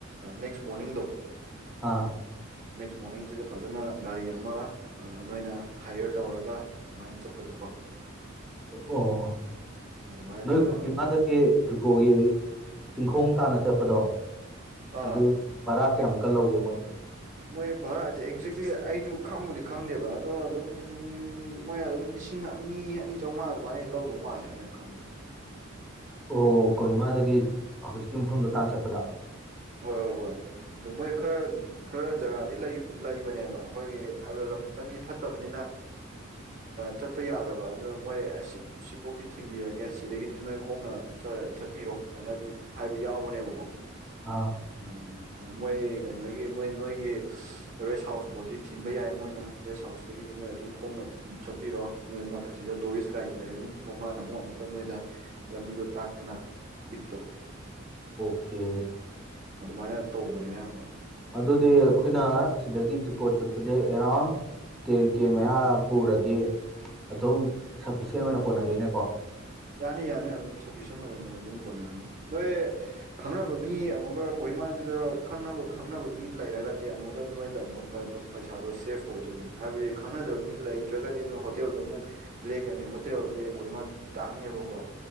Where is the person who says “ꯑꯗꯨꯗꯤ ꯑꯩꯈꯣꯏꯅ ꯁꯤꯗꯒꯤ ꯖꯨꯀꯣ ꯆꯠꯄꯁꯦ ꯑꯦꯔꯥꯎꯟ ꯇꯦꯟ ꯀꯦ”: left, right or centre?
Centre